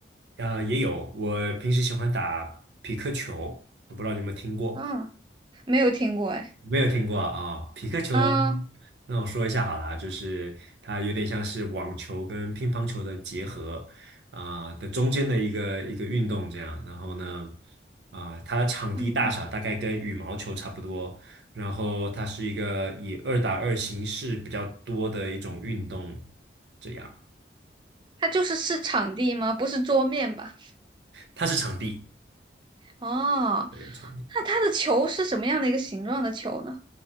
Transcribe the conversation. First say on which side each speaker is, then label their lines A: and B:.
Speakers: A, on the right; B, on the right.
A: 嗯啊，也有，我平时喜欢打匹克球，我不知道你有没有听过。
B: 嗯，没有听过哎。
A: 没有听过啊，匹克球。
B: 啊，
A: 那我说一下好了啊就是它有点像是网球跟乒乓球的结合啊、的中间的一个一个运动这样。然后呢，啊、它的场地大小大概跟羽毛球差不多，
B: 嗯，
A: 然后它是一个以二打二形式比较多的一种运动，这样。
B: 它就是是场地吗？不是桌面吧？
A: 它是场地，
B: 哦，
A: 对，场地。
B: 那它的球是什么样的一个形状的球呢？